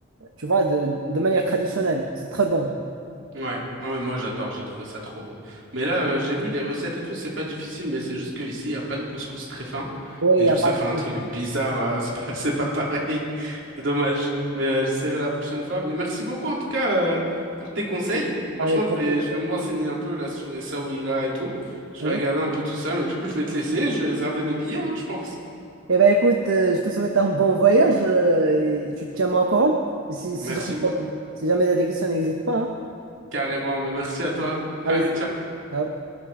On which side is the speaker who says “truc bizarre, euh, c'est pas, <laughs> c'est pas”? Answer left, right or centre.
Right